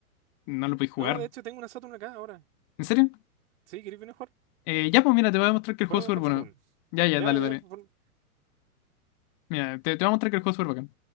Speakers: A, on the left (about 35°); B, on the right (about 50°).
A: no lo podéis jugar.
B: No, de hecho tengo una Saturn acá ahora.
A: ¿En serio?
B: Sí, ¿queréis venir a jugar?
A: Eh, ya, pues mira, te voy a mostrar que el
B: Juego
A: juego es súper
B: Panzer
A: bueno.
B: Dragoon.
A: Ya, ya,
B: Ya,
A: dale,
B: ya,
A: dale. Mira, te, te voy a mostrar que el juego es súper bacán.